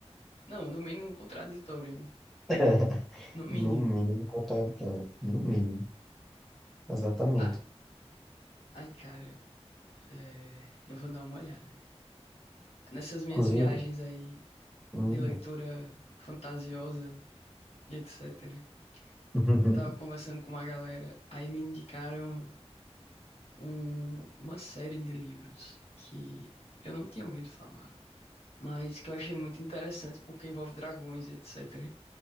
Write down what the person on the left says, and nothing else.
Não, no mínimo contraditório, né?
No mínimo.
Ah, ai, cara, é, eu vou dar uma olhada. Nessas minhas
viagens aí
de leitura fantasiosa e etc.
Eu tava conversando com uma galera, aí me indicaram um- uma série de livros que eu não tinha ouvido falar, mas que eu achei muito interessante porque envolve dragões e etc. E